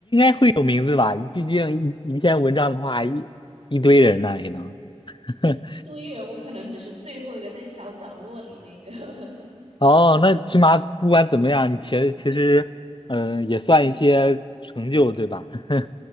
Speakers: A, on the left (about 45°); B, on the right (about 75°).
A: 会有名字吧？毕竟一一篇文章的话，一一堆人呢也能。<laughs>
B: 一堆人，我可能只是最后一个在小角落里那个。<laughs>
A: 哦，那起码不管怎么样，你其其实，嗯、也算一些成就，对吧？<laughs>